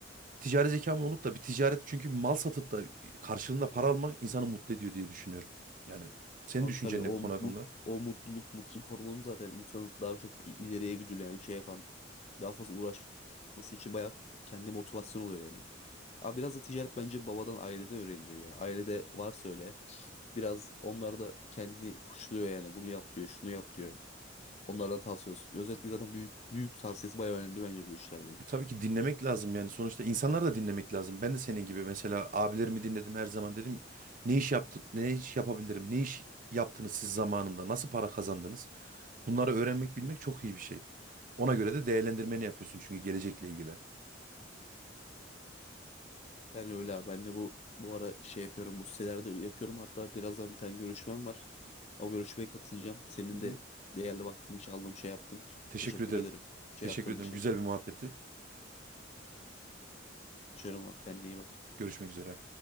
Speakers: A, on the right; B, on the left.
A: Ticari zekamın olup da bir ticaret çünkü mal satıp da karşılığında para almak insanı mutlu ediyor diye düşünüyorum. Yani senin
B: Abi
A: düşüncen
B: tabii o
A: ne bu konu
B: mutluluk
A: hakkında?
B: o mutluluk mutluluk hormonu zaten insanı daha çok i- ileriye güdüleyen şey yapan daha fazla uğraşması için bayağı kendi motivasyon oluyor yani. Abi biraz da ticaret bence babadan aileden öğreniliyor ya. Ailede varsa öyle biraz onlar da kendini puşluyor yani bunu yap diyor şunu yap diyor. Onlardan tavsiye olsun. Özellikle zaten büyük büyük tavsiyesi bayağı önemli bence bu işlerde.
A: E, Tabii ki dinlemek lazım yani sonuçta insanları da dinlemek lazım. Ben de senin gibi mesela abilerimi dinledim her zaman dedim ne iş yaptı ne iş yapabilirim ne iş yaptınız siz zamanında nasıl para kazandınız? Bunları öğrenmek bilmek çok iyi bir şey. Ona göre de değerlendirmeni yapıyorsun çünkü gelecekle ilgili.
B: Yani öyle abi. Ben de bu bu ara şey yapıyorum. Bu sitelerde yapıyorum. Hatta birazdan bir tane görüşmem var. O görüşmeye katılacağım. Senin
A: Hı hı.
B: de değerli vaktini çaldığım şey yaptım.
A: Teşekkür
B: Teşekkür
A: ederim.
B: ederim. Şey
A: Teşekkür
B: yaptığın
A: ederim.
B: için.
A: Güzel bir muhabbetti.
B: Şöyle bak kendine iyi bak.
A: Görüşmek üzere.